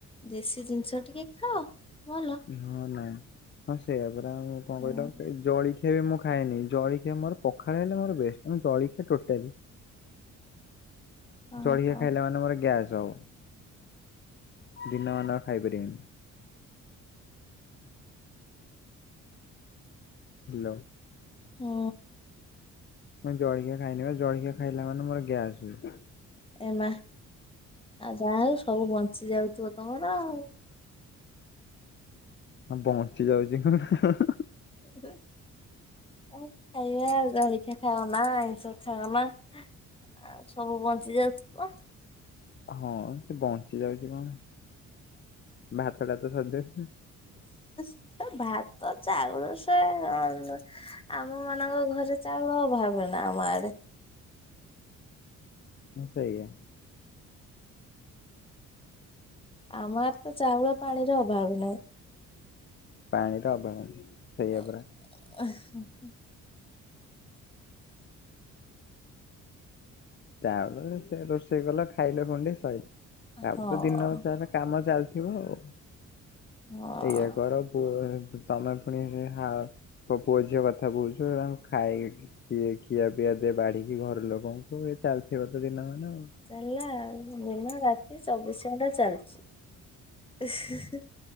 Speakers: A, on the left; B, on the left.
A: ଦେଶୀ ଜିନିଷ ଟିକେ ଖାଅ ଭଲ।
B: ହଁ ନାଇଁ ହଁ ସେଇୟା ପରା ଆଉ କଣ
A: ହୁଁ
B: କହିଲ ସେଇ ଜଳଖିଆ ବି ମୁଁ ଖାଏନି, ଜଳଖିଆ ମୋର ପଖାଳ ହେଲେ ମୋର ବେଷ୍ଟ, ମୁଁ ଜଳଖିଆ ଟୋଟାଲି
A: ହଁ
B: ଜଳିଖିଆ
A: ହଁ।
B: ଖାଇଲା ମାନେ ମୋର ଗ୍ୟାସ୍ ହବ। ଦିନମାନ ଆଉ ଖାଇପାରିମିନି। ହେଲୋ।
A: ହୁଁ
B: ମୁଁ ଜଳଖିଆ ଖାଇନି ବା ଜଳଖିଆ ଖାଇଲା ମାନେ ମୋର ଗ୍ୟାସ ହୁଏ।
A: ଏ ମା ଆଉ ଯାହା ହଉ ସବୁ ବଞ୍ଚି ଯାଉଥିବ ତୋମର ଆଉ।
B: ହଁ ବଞ୍ଚି ଯାଉଚି ହଁ, ହଁ, ହଁ, ହଁ।
A: ଅ ହେ କଣ ଖାଇବ ଆଉ ଜଳିଖିଆ ଖାଅନା, ଆଇଁଷ ଖାଅନା। ଆଉ ସବୁ ବଞ୍ଚି ଯାଉଥିବ।
B: ହଁ ସେ ବଞ୍ଚି ଯାଉଛି କଣ? ଭାତଟା ତ ସରିଯାଉଛି।
A: ସେ ଭାତ ଚାଉଳ ସେ ଅଲ ଆମମାନଙ୍କ ଘରେ ଚାଉଳ ଅଭାବ ନା ଆମ ଆଡେ।
B: ହଁ ସେଇଆ।
A: ଆମର ତ ଚାଉଳ ପାଣିର ଅଭାବ ନାହିଁ।
B: ପାଣିର ଅଭାବ ନାହିଁ। ସେଇଆ
A: ଅ,
B: ପରା
A: ହଁ, ହଁ।
B: ଚାଉଳ ସେ ରୋଷେଇ କଲ ଖାଇଲ ଗଣ୍ଡେ ସଇଲା, ତାପରେ
A: ହଁ
B: ତ ଦିନସାରା କାମ ଚାଲିଥିବ ଆଉ,
A: ହଁ
B: ଏଇଆ କର ପୁଅ <unintelligible> ତମେ ପୁଣି ବି ହାଓ ମୋ ପୁଅ ଝିଅ କଥା କହୁଛ ଖାଇକି ଖିଆ ପିଆ ଦିଏ ବାଢିକି ଘର ଲୋକଙ୍କୁ ହଉ ଏ ଚାଲିଥିବ ତ ଦିନମାନ
A: ଚାଲିଲା ଆଉ ଦିନ ରାତି ଚବିଶ ଘଣ୍ଟା ଚାଲିଚି।